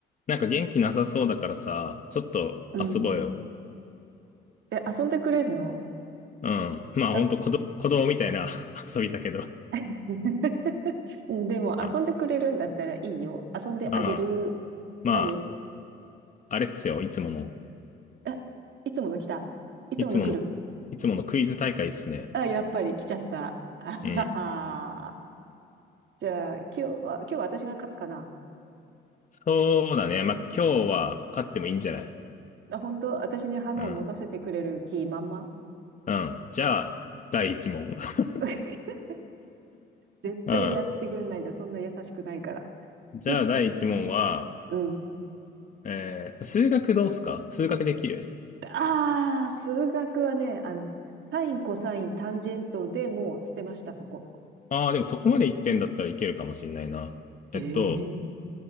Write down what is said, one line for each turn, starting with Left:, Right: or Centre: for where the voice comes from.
Left: なんか元気なさそうだからさ、ちょっと遊ぼうよ。
Right: うん。え、遊んでくれるの
Left: うん。まあほんと子ど、
Right: なん
Left: 子供みたいな <laughs> 遊びだけど。
Right: <laughs>、でも遊んでくれるんだったらいいよ。
Left: うん。
Right: 遊んであげる。
Left: うんまあ、
Right: 何
Left: あれっすよ。いつもの、
Right: あ、いつもの来た。いつもの来る。
Left: いつもの、いつものクイズ大会っすね。
Right: あ、やっぱり来ちゃった。あはは。
Left: うん。
Right: じゃあ、今日は、今日は私が勝つかな。
Left: そうだね。まあ今日は勝ってもいいんじゃない
Right: あ、本当私に花を持たせてくれる気満々
Left: うん。うん。じゃあ、第一問。<laughs>
Right: <laughs> 絶対やってくんないんだ。
Left: うん。
Right: そんな優しくないから。
Left: じゃあ第一問は、
Right: <laughs> うん。
Left: えー、数学どうっすか数学できる
Right: ああ、数学はね、あの、サイン、コサイン、タンジェントでもう捨てました、そこ。
Left: ああー、でもそこまで言ってんだったらいけるかもしんないな。えっと、
Right: ええ